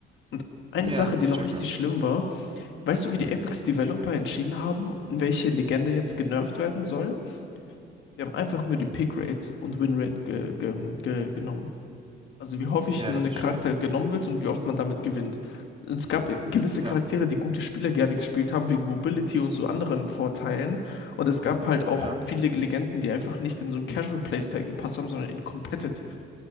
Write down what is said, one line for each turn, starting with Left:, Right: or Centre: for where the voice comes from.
Left: Und eine
Right: Ja,
Left: Sache, die
Right: checke.
Left: noch richtig schlimm war, weißt du, wie die Apex-Developer entschieden haben, welche Legende jetzt genervt werden soll? Wir haben einfach nur die Pickrate und Winrate ge ge ge genommen. Also wie häufig
Right: Ja,
Left: ein
Right: das ist
Left: Charakter
Right: scheiße.
Left: genommen wird und wie oft man damit gewinnt. Es gab gewisse
Right: Ja,
Left: Charaktere, die gute Spieler gerne gespielt haben, wegen Mobility und so anderen Vorteilen. Und es gab halt auch
Right: ja,
Left: viele Legenden, die einfach nicht in so ein Casual Playstyle gepasst haben, sondern in Competitive